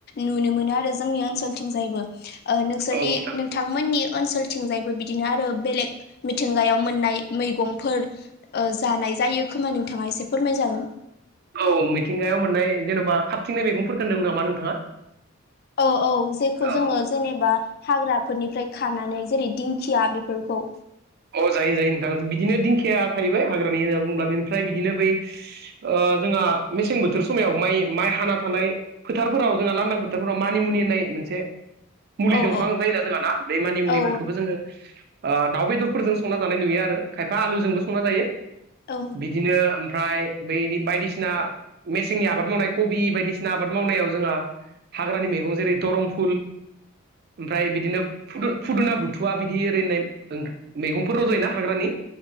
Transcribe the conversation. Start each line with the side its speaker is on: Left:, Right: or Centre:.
Left: नुनो मोनो आरो जोंनि ओनसोलथिंजायबो ओ नोंसोरनि
Right: नोंथां
Left: नोंथांमोननि ओनसोलथिंजायबो बिदिनो आरो बेलेग मिथिंगायाव मोननाय मैगंफोर ओ जानाय जायो खोमा नोंथाङा एसे फोरमायजागोन
Right: औ मिथिंगायाव मोननाय जेनबा खाबथिंनाय मैगंफोरफोरखौ होनदों नामा नोंथाङा?
Left: औ औ जेखौ
Right: औ
Left: जोङो जेनेबा हाग्राफोरनिफ्राय खानानै जेरै दिंखिया बेफोरखौ
Right: अ जायो जायो नोंथां बिदिनो दिंखिया थाहैबाय हाग्रानि होनना बुंङोब्ला बेनिफ्राय बिदिनो बै ओ जोंहा मेसें बोथोर समायाव माइ माइ हाना थानाय फोथारफोराव जोंहा लांदां फोथारफोराव मानिमुनि होननाय मोनसे मुलि
Left: औ
Right: दंफां
Left: औ
Right: जायोना जोङा ना बे मानिमुनिफोरखौबो
Left: औ
Right: जोङो ओ दाउ बेदर फोरजों संना जानाय नुयो आरो खायफा आलुजोंबो संना जायो
Left: औ
Right: बिदिनो ओमफ्राय बै बायदिसिना मेसेंनि आबाद मावनाय कबि बायदिसिना आबाद मावनायाव जोङो हाग्रानि मैगं जेरै दरं फुल ओमफ्राय बिदिनो फु फुदुना बुथुवा बिदि ओरै होननाय मैगंफोर रज'योना हाग्रानि